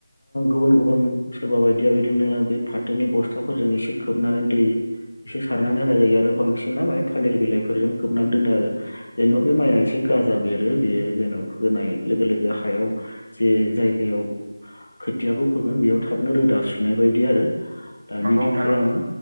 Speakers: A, on the left; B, on the right.
A: गुबुन गुबुन सोरबा बायदिया बिदिनो बे फाथोनि बस्थाफोरजों एसे खोबनानै दै बिसोर सारनानै होनाय जायो आरो बांसिनना माने थालिर बिलाइफोरजों खोबनानै दोनो आरो जेन'ब बे माइआ
B: नंगौ
A: एसे गाजा बेर बियो जेन' बा फोनाय लोगो लोगो हायाव जे जायगायाव खोथियाखौ फोगोन बेयाव थाबनो रोदा सुनाय बायदि आरो दा
B: नंगौ
A: बिदि
B: नोंथां
A: खालामो
B: नंगौ